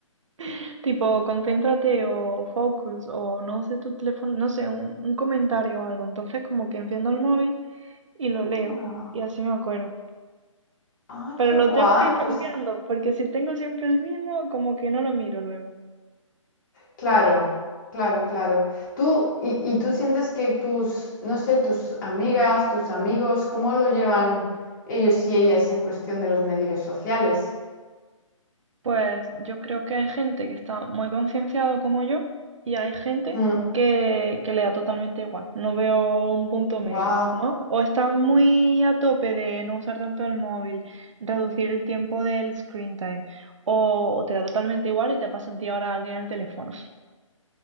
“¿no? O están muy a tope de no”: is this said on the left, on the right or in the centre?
Right